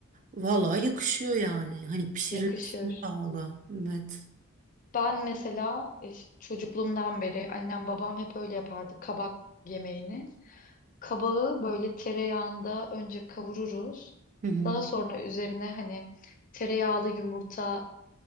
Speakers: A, on the right (about 35°); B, on the left (about 40°).
A: Vallahi yakışıyor yani. Hani pişirilmesine
B: yakışır.
A: bağlı. Evet.
B: Ben mesela e, ş- çocukluğumdan beri annem babam hep öyle yapardı kabak yemeğini. Kabağı böyle tereyağında önce kavururuz.
A: Hı hı.
B: Daha sonra üzerine hani tereyağlı yumurta